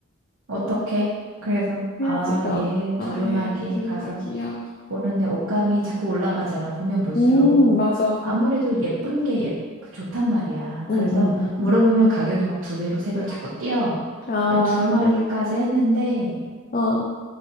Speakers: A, on the right; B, on the left.
A: 어떻게? 그래서
B: 해야지,
A: 아,
B: 그럼.
A: 얘
B: 아,
A: 두루마기
B: 예. 두루마기야.
A: 가서 보는데 옷감이 자꾸 올라가잖아. 보면 볼수록
B: 음, 맞아.
A: 아무래도 예쁜 게 예, 그 좋단 말이야.
B: 응,
A: 그래서
B: 응, 응,
A: 물어보면
B: 응.
A: 가격이 막 두 배로 세 배로 자꾸 뛰어.
B: 아,
A: "아, 두루마기까지 했는데
B: 어.